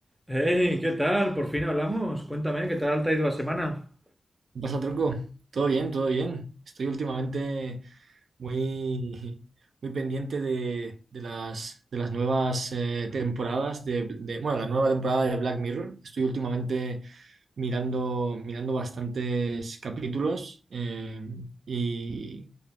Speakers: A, in the centre; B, on the right.
A: Hey, ¿qué tal? Por fin hablamos. Cuéntame, ¿qué tal te ha ido la semana?
B: ¿Qué pasa, tronco? Todo bien, todo bien. Estoy últimamente muy, muy pendiente de, de las, de las nuevas eh, temporadas de, de- bueno, la nueva temporada de Black Mirror. Estoy últimamente mirando, mirando bastantes capítulos eh, y,